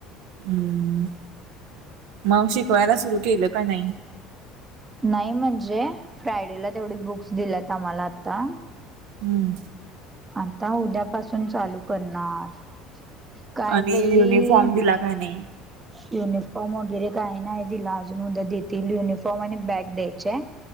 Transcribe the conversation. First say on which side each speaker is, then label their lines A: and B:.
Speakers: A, on the right; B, on the right.
A: हम्म, मग शिकवायला सुरु केलं का नाही?
B: नाही म्हणजे फ्रायडेला तेवढी बुक्स दिल्यात आम्हाला आता.
A: हम्म.
B: आता उद्यापासून चालू करणार. काय
A: आणि
B: बाई
A: युनिफॉर्म दिला काय नाय.
B: युनिफॉर्म वगैरे काही नाही दिला अजून उद्या देतील, युनिफॉर्म आणि बॅग द्यायची हाय.